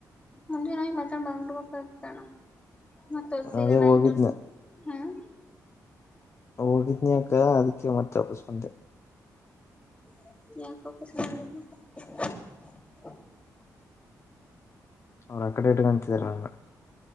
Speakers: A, on the left; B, on the left.
A: ಮುಂಜೆೋಗ ಮ್ ಬಂದ್ಬಿಡ್ಬೇಕಾಗತಣ ಮತ್ತ ಈಗ
B: ಅದೇ
A: ನೈಟ್ಂಟ
B: ಹೋಗಿದ್ನ
A: ಹ್ಮ್
B: ಹೋಗಿದ್ನ್ಯಕ ಆಗತಿ ಮತ್ತೆ ವಾಪಸ್ ಬಂದೆ
A: <unintelligible>
B: ಅವರು ಅಕ್ಕಡೆ ಇಟ್ಟಕ ಅಂತಿದಾರೆ ನಗೆ